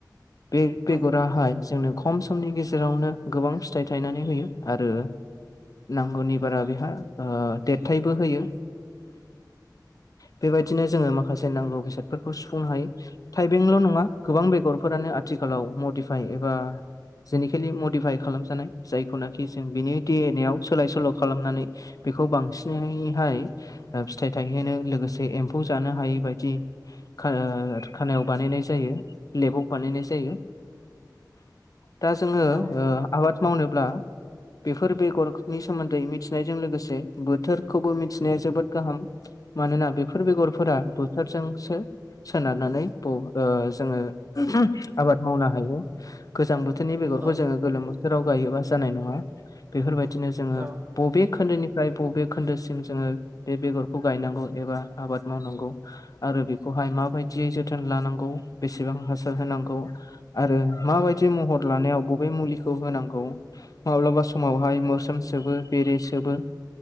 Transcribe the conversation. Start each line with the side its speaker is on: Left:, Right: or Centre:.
Left: बे बेगराहाय
Right: उम
Left: जोंनो खम समनि गेजेरावनो गोबां फिथाइ थायनानै होयो आरो नांगौनि बारा बेहा ओ देरथायबो होयो। बेबायदिनो जोङो मा खासे नांगौ बेसादफोरखौ सुफुंनो हायो थाइबेंल' नङा गोबां बेगरफोरानो आथिखालाव मडिफाइ एबा जेनिकेलि मडिफाइ खालामजानाय जायखौनाखि जों बिनि दि एन ए आव सोलाय सोल' खालामनानै बेखौ बांसिनैहाय शओ फिथाइ थायहोनो लोगोसे एम्फौ जानो हायै बायदि खा-खानायाव बानायनाय जायो लेबाव बानायनाय जायो। दा जोङो
Right: औ उम
Left: ओ आबाद मावनोब्ला बेफोर बेगरनि सोमोन्दै मिथिनायजों लोगोसे बोथोरखौबो मिथिनाया जोबोद गाहाम मानोना बेफोर बेगरफोरा बोथोरजोंसो सोनारनानै ब ओ जोङो आबाद मावनो हायो गोजां बोथोर बोथोरनि बेगरखौ
Right: औ
Left: जोङो गोलोम बोथोराव गायोबा जानाय नङा बेफोरबायदिनो जोङो
Right: औ
Left: बबे खोन्दोनि फ्राय बबे खोन्दोसिम जोङो बे बेगरखौ गायनांगौ एबा आबाद मावनांगौ आरो बेखौहाय माबायदियै जोथोन लानांगौ बेसेबां हासार होनांगौ आरो माबायदि महर लानायाव बबे मुलिखौ होनांगौ माब्लाबा समावहाय मोस्रोम सोबो बे बेरे सोबो